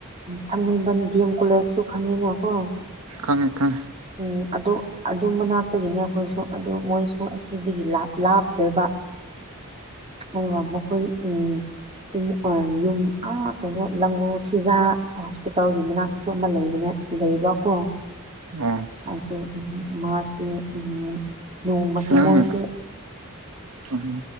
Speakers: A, on the right; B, on the right.
A: ꯊꯥꯡꯃꯩꯕꯟ ꯗꯤ ꯑꯦꯝ ꯀꯣꯂꯦꯖꯁꯨ ꯈꯪꯉꯤꯅꯀꯣ
B: ꯈꯪꯉꯦ ꯈꯪꯉꯦ
A: ꯎꯝ ꯑꯗꯨ ꯑꯗꯨ ꯃꯅꯥꯛꯇꯒꯤꯅꯤ ꯑꯩꯈꯣꯏꯁꯨ ꯑꯗꯨ ꯃꯣꯏꯁꯨ ꯑꯁꯤꯗꯒꯤ ꯂꯥꯞꯇ꯭ꯔꯦꯕ ꯑ ꯋꯥꯃꯈꯣꯏ ꯎꯝ ꯌꯨꯝ ꯑꯥ ꯀꯩꯅꯣ ꯂꯪꯒꯣꯜ ꯁꯤꯖꯥ ꯍꯣꯁꯄꯤꯇꯥꯜꯒꯤ ꯃꯅꯥꯛꯇꯁꯨ ꯑꯃ ꯂꯩꯕꯅꯦ ꯂꯩꯕꯀꯣ
B: ꯎꯝ
A: ꯑꯗꯨꯇꯣ ꯃꯥꯁꯦ ꯎꯝ ꯅꯣꯡꯃꯁꯦ
B: ꯅꯪꯅ
A: ꯃꯣꯏꯁꯦ
B: ꯎꯝ